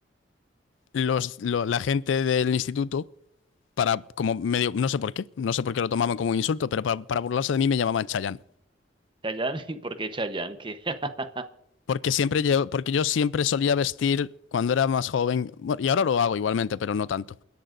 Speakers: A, on the left (about 80°); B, on the right (about 25°).
A: los, lo- la gente del instituto para como medio, no sé por qué, no sé por qué lo tomaban como un insulto, pero para, para burlarse de mí me llamaban Chayanne.
B: Chayanne, <laughs> ¿y por qué Chayanne? ¿Qué? <laughs>
A: Porque siempre yo, porque yo siempre solía vestir cuando era más joven, bueno, y ahora lo hago igualmente, pero no tanto,